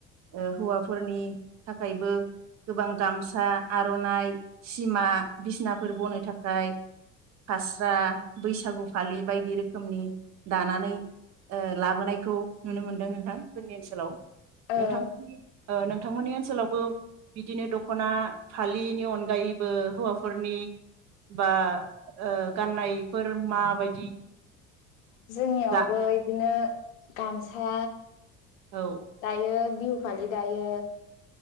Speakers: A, on the right (about 40°); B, on the left (about 65°).
A: ओ हौवाफोरनि थाखायबो गोबां गामसा आर'नाइ सिमा बिसनाफोर बनो थाखाय फास्रा बैसागु फालि बायदि रोखोमनि दानानै ओ लाबोनायखौ नुनो मोनदों नोंथां। जोंनि ओनसोलाव नोंथांनि
B: ओं
A: ओ नों थांमोननि ओनसोलावबो बिदिनो दख'ना फालिनि अनगायैबो हौवाफोरनि बा ओ गान्नायफोर माबायदि?
B: जोंनियावबो
A: दा
B: इदिनो गामसा
A: औ
B: दायो। बिहु फालि दायो